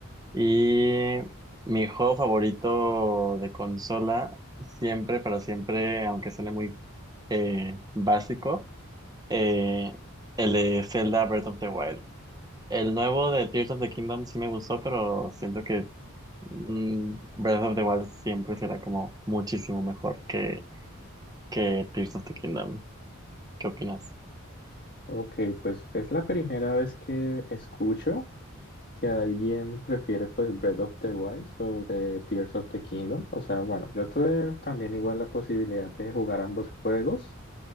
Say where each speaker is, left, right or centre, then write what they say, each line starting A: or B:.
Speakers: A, on the right; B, on the left.
A: Y mi juego favorito de consola, siempre, para siempre, aunque suene muy eh, básico, eh, el de Zelda Breath of the Wild. El nuevo de Tears of the Kingdom sí me gustó, pero siento que mm, Breath of the Wild siempre será como muchísimo mejor que, que Tears of the Kingdom. ¿Qué opinas?
B: Ok, pues es la primera vez que escucho que alguien prefiere pues Breath of the Wild sobre Tears of the Kingdom. O sea, bueno, yo tuve también igual la posibilidad de jugar ambos juegos.